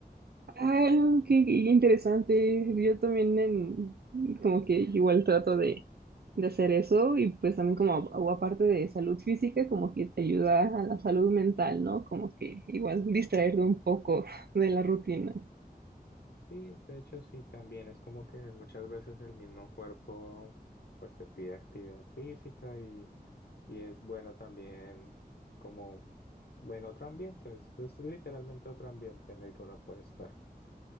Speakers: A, on the right (about 75°); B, on the left (about 85°).
A: Ah, qué, qué interesante. Yo también en, como que igual trato de, de hacer eso y pues también como a- o aparte de salud física, como que te ayuda a la salud mental, ¿no? Como que igual distraerte un poco de la rutina.
B: Sí, de hecho sí, también es como que muchas veces el mismo cuerpo pues te pide actividad física y, y es bueno también como, bueno, otro ambiente, es es literalmente otro ambiente en el que uno puede estar.